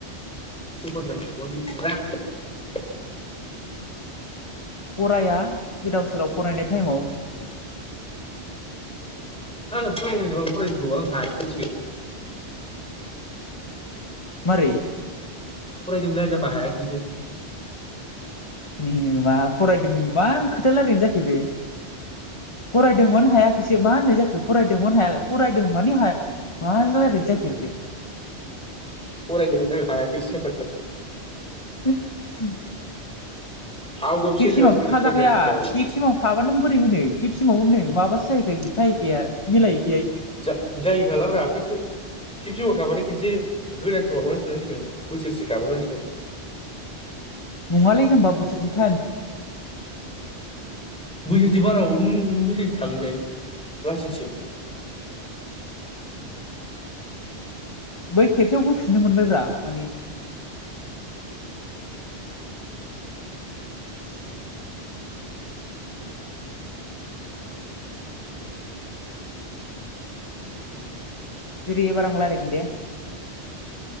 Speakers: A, in the centre; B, on the left (about 25°).
A: <unintelligible>
B: फराया गोदाव सोराव फरायनाय टाइमाव।
A: <unintelligible> फराया जायो नामा फरायोथ' आं हायाखैसो।
B: मारै?
A: फरायदोंमोनलै जामबा हायाखिसो।
B: <unintelligible> नोमा फरायदों मा खोथाया रायलायनाय जाखो बे फरायदोंमोन हायाखैसो मा होननाय जाखो फरायदोंमोन हाया फरायदों मानि हाया मा रायलायनाय जाखो बे?
A: फरादोंमोन आङो हायाखैसो। बोसे
B: <unintelligible>
A: आउट अफ
B: फिब
A: सिलेबास
B: सिमावथ'
A: फैजोबथारदों
B: थाजाखाया
A: आंनि थाखाय
B: फिब सिमाव थाबा नों बोरै होनो फिब सिमाव होनो? माबासो जाहैखायो जाहैखाया मिलाय
A: जा जाहैखालाब्रा फिफ सेम फिफ सेमाव थाबाथाय खेनसे गोदान सो माबाहोफिनांसिगोन। बोसोरसे गाबावनांसिगोन।
B: नङालै जामबा बोसोरसे थ
A: बोसोरसे बारायाव नों बोसोरसे थागोनखाय लासिंसिं
B: बै खेबसेयाव होफिननो मोनबायब्रा मानि <inaudible> जेरै एबा आं रायलायगोन दे।